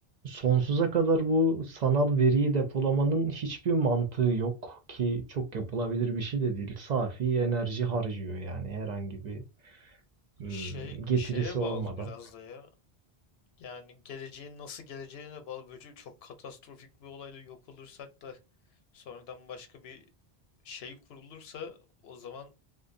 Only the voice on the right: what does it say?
sonsuza kadar bu sanal veriyi depolamanın hiçbir mantığı yok ki çok yapılabilir bir şey de değil. Safi enerji harcıyor yani herhangi bir hmm,
getirisi
olmadan.